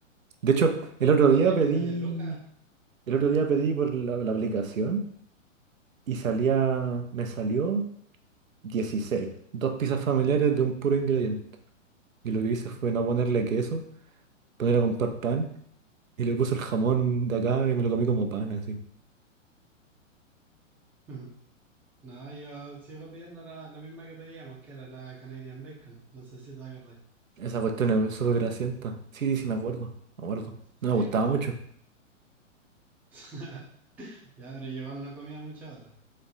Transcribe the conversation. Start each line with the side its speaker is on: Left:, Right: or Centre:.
Right: De hecho, el otro día
Centre: salían
Right: pedí,
Centre: como 10 lucas.
Right: el otro día pedí por la, la aplicación y salía, me salió dieciséis Dos pizzas familiares de un puro ingrediente. Y lo que hice fue no ponerle queso, poner a comprar pan. Y le puse el jamón de acá y me lo comí como pan, así.
Centre: <laughs> No, yo sigo pidiendo la, la misma que pedíamos, que era la Canadian Bacon. No sé si te acordás.
Right: Esa cuestión es súper grasienta. Sí, sí, me acuerdo. Me acuerdo.
Centre: Sí,
Right: No me gustaba mucho.
Centre: <laughs> Ya, pero yo igual no comía muchas otras.